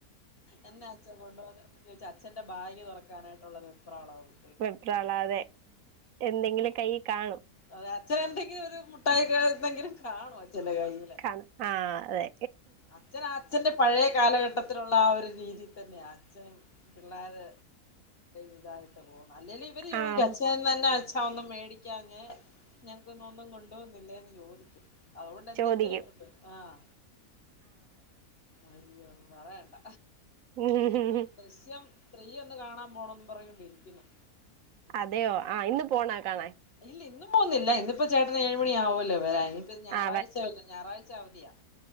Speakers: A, on the left; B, on the right.
A: എന്നെ അച്ഛൻ കൊണ്ടുവോന്നെ ചോദിച്ചാ അച്ഛന്റെ ഭാഗ് തുറക്കാനായിട്ടുള്ള വെപ്രാളവുള്ളു,
B: വിപ്രാളാതെ എന്തെങ്കിലും കൈ കാണും,
A: അതെ അച്ഛനന്തെങ്കിലും ഒരു മുട്ടായിക്ക എന്തെങ്കിലും കാണോ അച്ഛന്റെ കയ്യിൽ,
B: കാണും ആഹ് അതെ
A: അച്ഛൻ അച്ഛന്റെ പഴയ കാലഘട്ട പ്പത്തിള്ള ആ ഒരു രീതിയിൽ തന്നെ അച്ഛനും, പിള്ളോര് ഇതായിട്ട് പോണ്, അല്ലെല് ഇവര് ചോദിക്കും
B: ആഹ്
A: അച്ഛൻ, അന്നെ അച്ഛാ ഒന്നും മേടിക്കാഞ്ഞ ഞങ്ങക്ക് ഇന്ന് ഒന്നും കൊണ്ടോന്നില്ലേന്ന് ചോദിക്കു, അതുകൊണ്ട് എന്തെങ്കിലും
B: ചോദിക്കും
A: കൊണ്ടോരും, ആഹ്, അയ്യോ, പറയണ്ട,
B: ആഹ്
A: ഇനിപ്പം ദൃശ്യം ത്രീ ഒന്ന് കാണാൻ പോണന്ന് പറഞ്ഞോണ്ട് ഇരിക്കുന്നു,
B: അതെയോ, ആഹ് ഇന്ന് പോണൊ കാണാൻ?
A: ഇല്ല ഇന്ന് പോകന്നില്ല ഇന്നിപ്പോ ചേട്ടന് ഏഴുമണി ആവുവല്ലോ വരാൻ, ഇനിപ്പ ഞായറാഴ്ചല്ലോ
B: ആ
A: ഞായറാഴ്ച അവധിയാ,